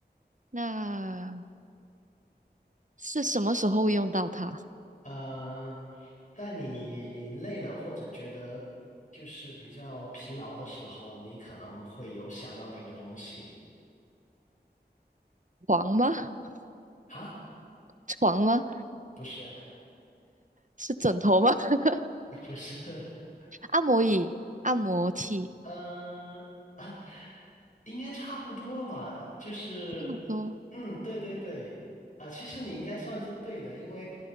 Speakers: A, on the right; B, on the left.
A: 那是什么时候会用到它？
B: 呃，在你累了或者觉得就是比较疲劳的时候，你可能会有想到那个东西。
A: 床吗？<laughs>
B: 哈，
A: 床吗？
B: 不是，
A: 是枕头吗？<laughs>
B: <laughs> 不是，<laughs>
A: 按摩椅、按摩器，
B: 嗯、呃，啊应该差不多了吧？就是，
A: 差不多。
B: 嗯，对对对，啊、其实你应该算是对的，因为，